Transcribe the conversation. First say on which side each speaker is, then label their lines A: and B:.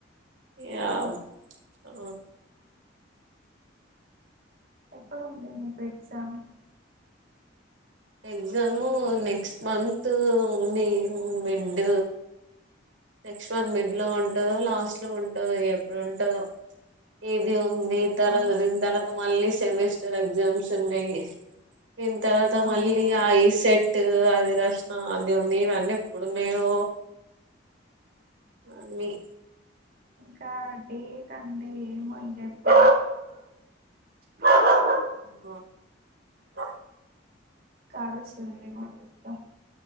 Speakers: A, on the right; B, on the right.
A: ఇగా
B: ఆ
A: ఓ
B: ఎప్పుడుంది మీకు ఎగ్జామ్?
A: ఎగ్జాము నెక్స్ట్ మంతు ఉంది మిడ్డ్ నెక్స్ట్ మంత్ మిడ్ ఇలా ఉంటదో లాస్ట్ లో ఉంటదో ఎప్పుడుంటదో ఏది మే తర
B: ఆ
A: జూన్ తర్వాత మళ్ళీ సెమిస్టర్ ఎగ్జామ్స్ ఉన్నాయి. ఇంకా, త
B: అవునా
A: మళ్ళీ ఐ సెట్ ట్టు అవి రాశినా అది ఉంది ఇవన్నీ ఎప్పుడున్నయో అన్ని
B: టా డే తండే ఏమో ఇంకెప్పు <unintelligible>
A: అ
B: క్క అరుస్తుంది మా కుక్క